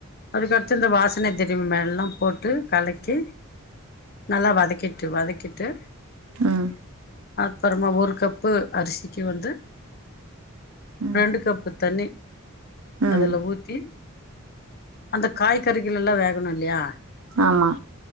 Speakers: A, on the left (about 45°); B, on the right (about 85°).
A: அதுக்கடுத்து இந்த வாசனை திரும்பி மேலல்லா போட்டு கலக்கி நல்லா வதக்கிட்டு வதக்கிட்டு
B: ம்
A: அப்புறமா ஒரு கப்பு அரிசிக்கு வந்து
B: ம்
A: ரெண்டு கப்பு தண்ணி
B: ம்
A: அதுல ஊத்தி அந்த காய்கறிகள்ள எல்லா வேகணு இல்லையா
B: ஆமா